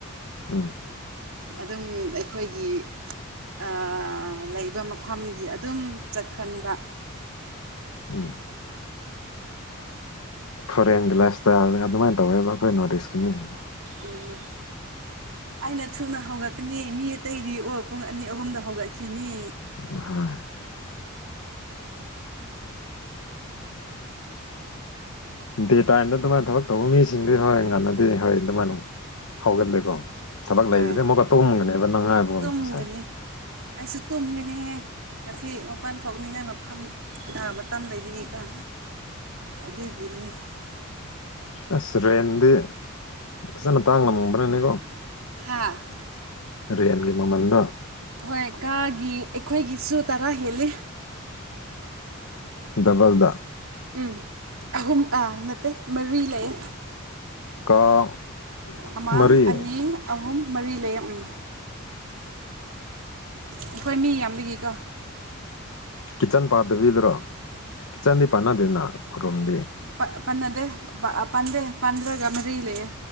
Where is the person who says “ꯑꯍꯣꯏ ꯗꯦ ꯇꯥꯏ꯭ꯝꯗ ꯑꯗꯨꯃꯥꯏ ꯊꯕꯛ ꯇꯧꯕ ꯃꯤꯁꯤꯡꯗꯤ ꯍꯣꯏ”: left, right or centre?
Left